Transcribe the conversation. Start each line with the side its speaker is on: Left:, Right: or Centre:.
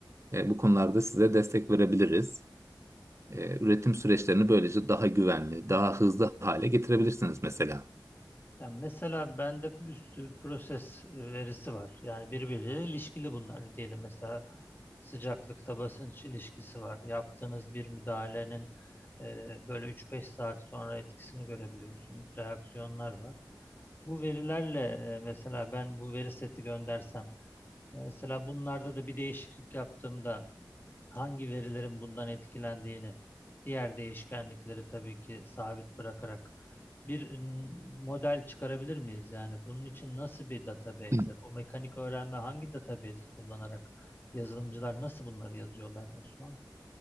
Right: E, bu konularda size destek verebiliriz. E, üretim süreçlerini böylece daha güvenli, daha hızlı hale getirebilirsiniz mesela.
Left: Yani mesela bende bir sürü proses e, verisi var. Yani birbiriyle ilişkili bunlar diyelim. Mesela sıcaklıkta basınç ilişkisi var. Yaptığınız bir müdahalenin e, böyle 3-5 saat sonra etkisini görebiliyorsunuz. Reaksiyonlar var. Bu verilerle e, mesela ben bu veri seti göndersem, e, mesela bunlarda da bir değişiklik yaptığımda hangi verilerin bundan etkilendiğini, diğer değişkenlikleri tabii ki sabit bırakarak bir m, model çıkarabilir miyiz? Yani bunun için nasıl bir database,
Right: Hı.
Left: bu mekanik öğrenme hangi database'i kullanarak yazılımcılar nasıl bunları yazıyorlar Osman?